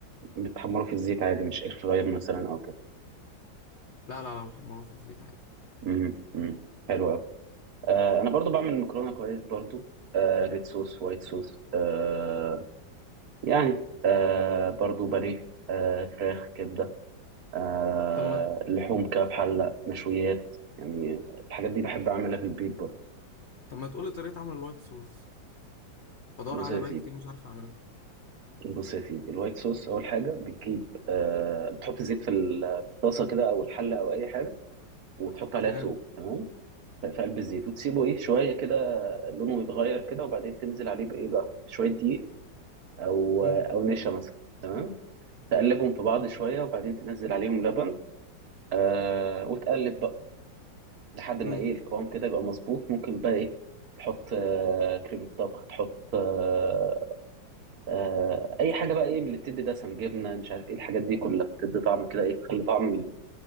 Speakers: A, on the right (about 60°); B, on the left (about 80°).
A: بتحمره في الزيت عادي مش اير فراير مثلا او كده
B: لا لا لا محمره في الزيت عادي
A: امم امم حلو قوي آه انا برضو بعمل مكرونة كويس برضو آه ريد صوص وايت صوص آه يعني آه برضو بانيه آه فراخ كبدة آه
B: طب ما
A: لحوم كده بحلة مشويات يعني الحاجات دي بحب أعملها في البيت برضه
B: طب ما تقولي طريقة عمل الوايت صوص بدور
A: بص
B: عليها
A: يا
B: بقالي
A: سيدي
B: كتير مش عارف أعملها
A: بص يا سيدي الوايت صوص أول حاجة بتجيب آه بتحط زيت في ال- في الطاسة كده أو الحلة أو أي حاجة وتحط عليها
B: تمام
A: توم تمام في في قلب الزيت وتسيبه إيه شوية كده لونه يتغير كده وبعدين تنزل عليه بإيه بقى شوية دقيق أو
B: مم.
A: أو نشا مثلا تمام تقلبهم في بعض شوية وبعدين تنزل عليهم لبن آه وتقلب بقى لحد ما
B: مم.
A: ايه القوام كده يبقى مظبوط ممكن بقى ايه تحط آه، كريمة طبخ تحط آه، آه، اي حاجة بقى ايه من اللي بتدي دسم جبنة مش عارف ايه الحاجات دي كلها بتدي طعم كده ايه تخلي طعم